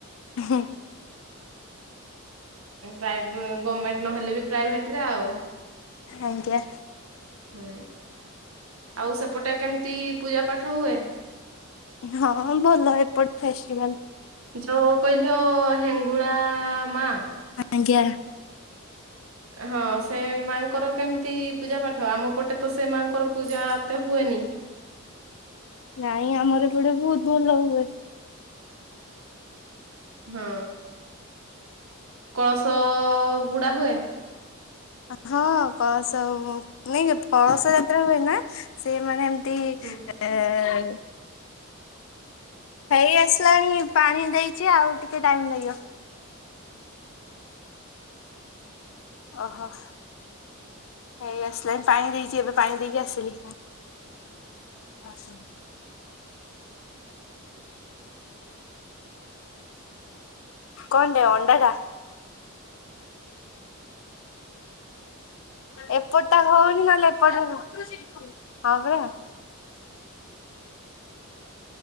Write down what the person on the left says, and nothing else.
ହଁ।
ଆଜ୍ଞା।
ହଁ ଭଲ ଏପଟେ ଫେଷ୍ଟିଭାଲ।
ଆଜ୍ଞା।
ନାଇଁ ଆମର ଏ ଗଟେ ବହୁତ ଭଲ ହୁଏ।
ହଁ କଳସ ନାଇ କଳସ ଯାତ୍ରା ହୁଏ ନା ସେମାନେ ଆ
ଆ ହେଇ ଆସିଲାଣି ପାଣି ଦେଇଛି, ଆଉ ଟିକେ ଟାଇମ୍ ଲାଗିବ। ଓହୋ। ହେଇ ଆସିଲାଣି ପାଣି ଦେଇଛି ଏ, ବେ ପାଣି ଦେଇକି ଆସିଲି। ଆଛା। କଣ ଟେ ଅଣ୍ଡା ଟା ଏପଟଟା ହଉନି ନହେଲେ ଏପଟ ଟା ହଁ ପା